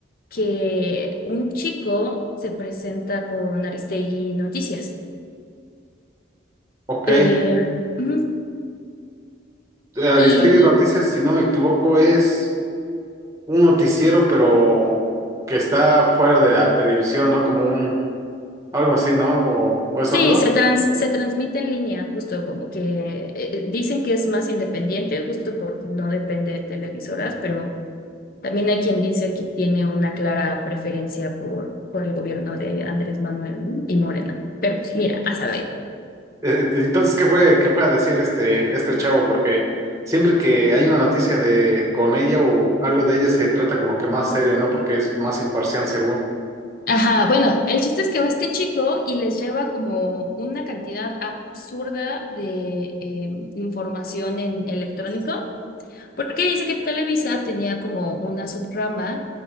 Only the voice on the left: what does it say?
que un chico se presenta con Aristegui Noticias.
Eh,
ujú,
y
Ok.
Sí,
se trans- se transmite en línea, justo como que eh, eh, dicen que es más independiente, justo porque no depende de televisoras, pero también hay quien dice que tiene una clara preferencia por, por el gobierno de Andrés Manuel ¿no? y Morena. Pero pues, mira, a saber.
Ajá, bueno, el chiste es que va este chico y les lleva como una cantidad absurda de eh, información en electrónico. Porque dice que Televisa tenía como una subrama